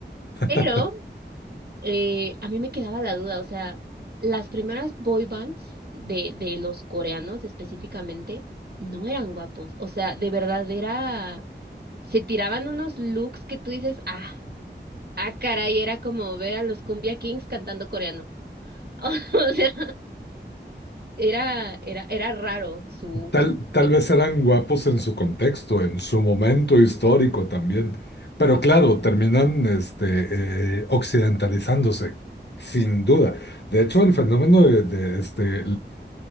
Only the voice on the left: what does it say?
<laughs>
Tal,
tal vez eran guapos en su contexto, en su momento histórico también, pero claro, terminan este, eh, occidentalizándose, sin duda. De hecho, el fenómeno de, de, este,